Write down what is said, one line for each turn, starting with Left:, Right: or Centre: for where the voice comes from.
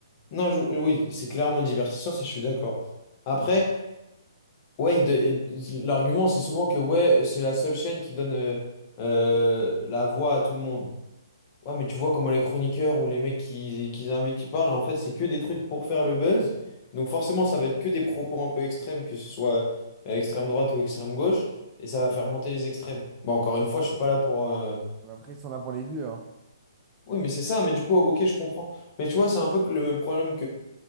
Left: Non, je- oui, c'est clairement divertissant, ça, je suis d'accord. Après. Ouais, il de- il- l'argument c'est souvent que ouais, c'est la seule chaîne qui donne euh, euh, la voix à tout le monde. Ouais, mais tu vois comment les chroniqueurs ou les mecs qui, qui invitent, ils parlent, en fait, c'est que des trucs pour faire le buzz. Donc forcément, ça va être que des propos un peu extrêmes, que ce soit euh, extrême droite ou extrême gauche, et ça va faire monter les extrêmes. Bon, encore une fois, je suis pas là pour. euh,
Right: Mais Après, si on a pour les vues, hein.
Left: Oui, mais c'est ça, mais du coup, ok, je comprends. Mais tu vois, c'est un peu que le même problème